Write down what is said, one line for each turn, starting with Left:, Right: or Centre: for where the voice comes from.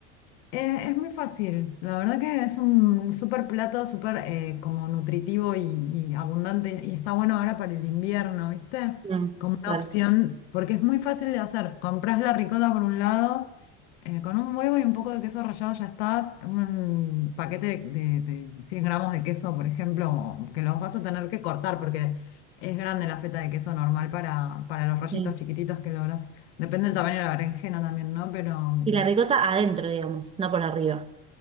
Left: Eh, es muy fácil, la verdad que es un súper plato, súper eh, como nutritivo y, y abundante y está bueno ahora para el invierno, ¿viste?
Right: Mm,
Left: Como una
Right: total,
Left: opción, porque es muy fácil de hacer. Comprás la ricota por un lado, eh, con un huevo y un poco de queso rallado ya estás, un paquete de, de 100 gramos de queso, por ejemplo, que los vas a tener que cortar porque es grande la feta de queso normal para, para los rollitos
Right: sí.
Left: chiquititos que lográs. Depende del tamaño de la berenjena también, ¿no? Pero...
Right: Y la ricota adentro, digamos, no por arriba.